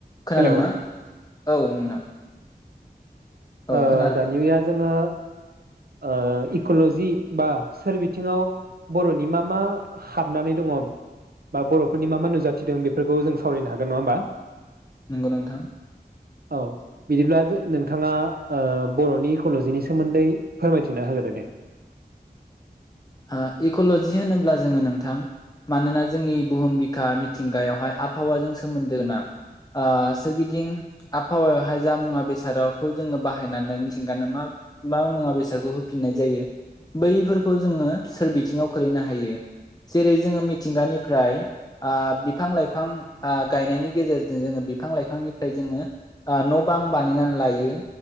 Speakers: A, on the left (about 25°); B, on the right (about 65°).
A: खोनादोंना
B: Hello
A: औ नोंथां, औ
B: ओ
A: खोनादों
B: दानि इवा जोङो ओ इक'ल'जि बा सोर बिथिङाव बर'नि मा मा हाबनानै दङ बा बर'फोरनि मा मा नुजाथिदों बेफोरखौ जों सावरायनो हागोन जागोन नङा होमबा
A: नंगौ नोंथां
B: औ बिदिब्ला जो नोंथाङा ओ बर'नि इक'ल'जिनि सोमोन्दै फोरमायथिना होग्रो दे,
A: ओ इक'ल'जि होनोब्ला जोङो नोंथां मानोना जोंनि बुहुम बिखा मिथिंगायावहाय आबहावाजों सोमोन्दो गोनां आ सोरगिदिं आबहावायावहाय जा मुवा बेसादखौ जोङो बाहायनानै मिथिंगानो मा मा मुवा बेसादखौ होफिननाय जायो बैफोरखौ जोङो, सोर बिथिङाव खोलैनो हायो जेरै जोङो मिथिंगानिफ्राय ओ बिफां लाइफां गायनायनि गेजेरजों जोङो बिफां लाइफांनिफ्राय जोङो ओ न' बां बानायनानै लायो